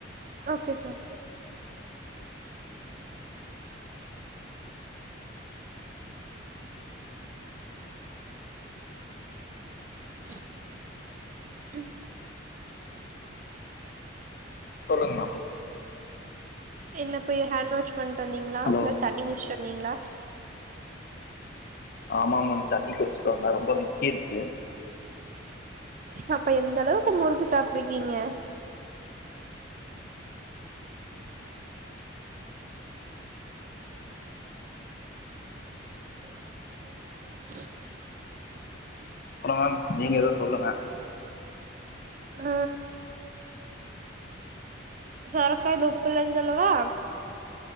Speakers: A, on the right (about 40°); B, on the left (about 50°).
A: ஓகே சார் <inaudible> <inaudible>
B: சொல்லுங்க மேம்
A: என்ன போய் ஹேண் வாஷ் பண்ணிட்டு வந்தீங்களா
B: ஹலோ
A: இல்ல தண்ணி குடிச்சிட்டு வந்தீங்களா நீங்களா
B: ஆமா மேம் தண்ணி குடிச்சுட்டு வந்தே ரொம்ப விக்கிரூச்சு
A: அப்ப எந்த அளவுக்கு முறுக்கு சாப்ட்ரீக்கீங்க <inaudible> <inaudible>
B: அப்புறம் நீங்க எதோ சொல்லுங்க
A: அ சரக்கு வாங்கிட்டு உப்பு இல்லன்னு சொல்லவா